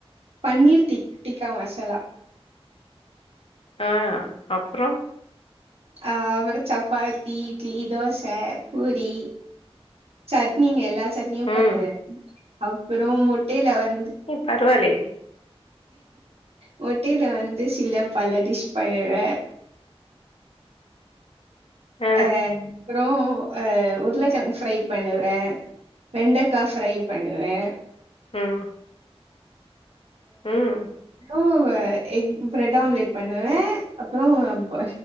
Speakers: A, on the right; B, on the left.
A: பன்னீர் திக் டிக்கா மசாலா
B: ஆஹ் அப்புறோ
A: அஹ் அப்புறோ சப்பாத்தி இட்லி தோசை பூரி சட்னிங்க எல்லா சட்னியும்
B: ம்.
A: பண்ணுவே அப்புறோ முட்டை லவர்
B: பரவலயே
A: முட்டையில வந்து சில பல டிஷ் பண்ணுவேன்
B: ஆ.
A: அஹ் <unintelligible> அப்புறோ அஹ் உருளக்கெழங்கு ஃப்ரை பண்ணுவேன் வெண்டக்கா ஃப்ரை பண்ணுவேன்
B: உஹம் உம்
A: க்குவ எக் பிரெட் ஆம்லெட் பண்ணுவேன் அப்புறோ ப